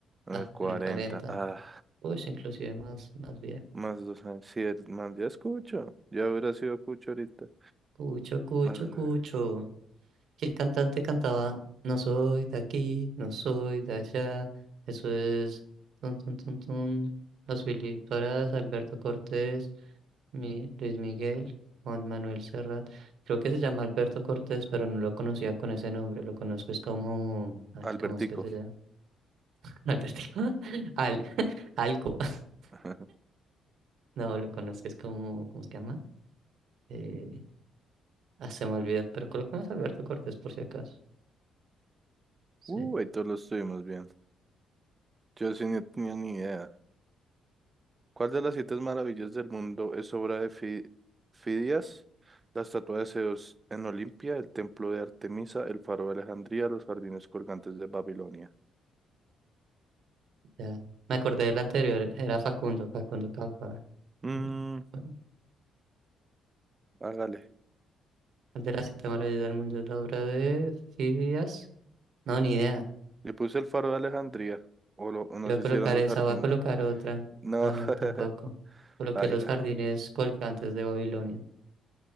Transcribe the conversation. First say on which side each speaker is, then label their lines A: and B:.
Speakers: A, on the right; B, on the right.
A: en
B: Ah,
A: el 40.
B: en el cuarenta
A: Ah,
B: Uy, inclusive más, más viejo.
A: más dos años. Sí, el- más ya es cucho. Ya hubiera sido cucho ahorita.
B: Cucho, cucho,
A: Ah,
B: cucho. que el cantante cantaba No soy de aquí, no soy de allá. Eso es tun tun tun tun. Los Willy Parás, Alberto Cortés, Mi- Luis Miguel, Juan Manuel Serrat. Creo que se llama Alberto Cortés, pero no lo conocía con ese nombre. Lo conozco es como, ay,
A: Albertico.
B: ¿cómo es que se llama? <laughs> Albertico. <laughs> Al, <laughs> Alco. <laughs>
A: <laughs>
B: No, lo conozco es como, ¿cómo se llama? Eh, ah, se me olvidó, pero coloquemos Alberto Cortés por si acaso. sí
A: Uh, ahí todos lo estuvimos bien. Yo sí no tenía ni idea. ¿Cuál de las siete maravillas del mundo es obra de Fi- Fidias? La estatua de Zeus en Olimpia, el templo de Artemisa, el faro de Alejandría, los jardines colgantes de Babilonia.
B: Ya. Me acordé del anterior, era Facundo, Facundo Cabral.
A: Mmm,
B: ¿no? Bueno,
A: hágale.
B: El de la séptima maravilla del mundo es la obra de Fidias. No, ni idea.
A: Le puse el faro de Alejandría. O, lo- o no
B: Yo
A: sé
B: voy a colocar
A: si eran los
B: esa,
A: jardines.
B: voy a colocar otra.
A: No,
B: Ah, no,
A: <laughs>
B: tampoco. Coloqué
A: baila.
B: los jardines colgantes de Babilonia.